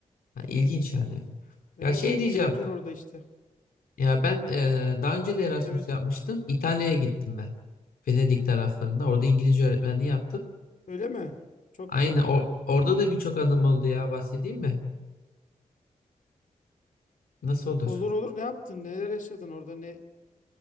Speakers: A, on the left (about 85°); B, on the left (about 65°).
A: Ha, İlginç yani.
B: Evet
A: Ya şey
B: bir
A: diyeceğim.
B: kültür orada işte.
A: Ya ben e, daha önce de Erasmus
B: Evet.
A: yapmıştım. İtalya'ya gittim ben. Venedik taraflarında. Orada İngilizce öğretmenliği yaptım.
B: Öyle mi? Çok
A: Aynen
B: güzel.
A: o- orada da birçok anım oldu ya bahsedeyim mi? Nasıl olur?
B: Olur olur ne yaptın? Neler yaşadın orada? Ne